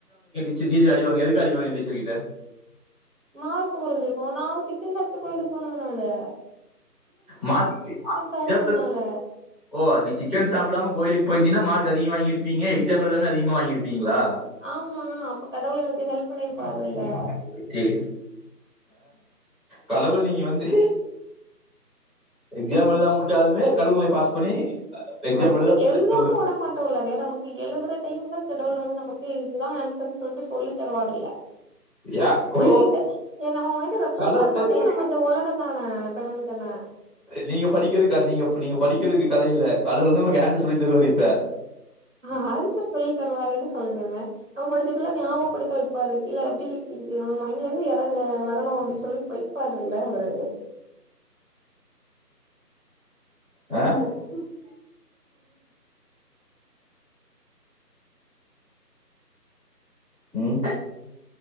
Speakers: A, in the centre; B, on the right.
A: <unintelligible> அடிவாகினிங்க எதுக்கு அடிவாங்கினிங்க டிச்செர் கிட்ட
B: மார்கு குறைஞ்சிருக்கும் நா சிக்கன் சாப்ட்டு கோயிலுக்கு போனதுனாலே
A: மாட்டி ஹ
B: சாப்ட்டதுனால
A: ஏப் ஓ நீ சிக்கன் சாபிடாம கோயிலுக்கு போயிருந்தினா மார்க் அதிகம வாங்கிருப்பிங்க எக்ஸாம் எழுதலன அதிகமா வாங்கியிருப்பிங்களா
B: ஆம்மா அப்ப கடவுள் எனக்கு ஹெல்ப் பண்ணிருப்பாருளே
A: அப்போ, சரி. கடவுள் நீங்க வந்து எக்ஜாம் எழுதாமவுட்டலுமே கடவுள் உங்கள பாஸ் பண்ணி எக்ஸாம்
B: அப்ப
A: எழுதாம விட்டாலே
B: எழுதாஉடமாட்டோயில்லக
A: கடவுளை
B: நமக்கு எழுதுற டைம்யுல த் டவுல் நமக்கு இதுதா ஹன்சர்யின்டு சொல்ட்டு சே ஹ சொல்லியிதரு வரயில்ல
A: யா கோ
B: மைனட் ஏ நா வந்து ரெப்ரெஷ்
A: கடவுள்
B: பண்றதே
A: வந்து உங்களுக்கு
B: நம்ம இந்த உலகம் தான தான கடவுள் தான
A: நீங்க படிக்கிறதிங்ககா நீங்க நீங்கப் படிக்கிறதுக்கு கதயில்ல கடவுள்வந்து யார்னு சொல்லி தருவார் இப்ப
B: ஹஆன்சர் சொல்லித் ன்னுவாறுனு சொல்லலுங்க நம்ம படிச்சக்குள ஞாபகபடுத்தயிருப்பாரு இல்ல அப்படி இல்ல ஏ மைண்டலயிருந்து யறவது வரணும் அப்படின்னு சொல்லி வைப்பாரு இல்ல அவரு
A: ஹ <unintelligible> உம்